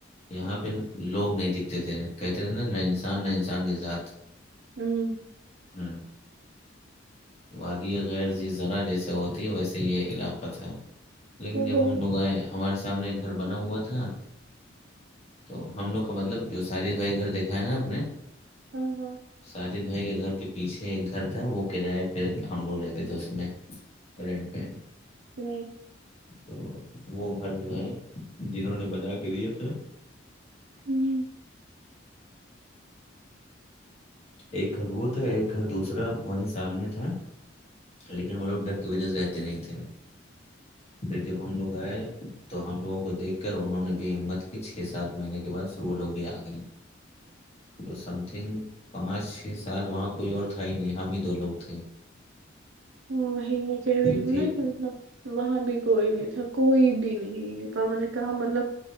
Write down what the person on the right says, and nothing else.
ہوں
ہ
ہاں ہاں
ہوں
ہوں
ہاں وہی میں کہہ رہی
ہوں
نا مطلب وہاں بھی کوئی نہیں تھا کوئی بھی نہیں بابا نے کہا مطلب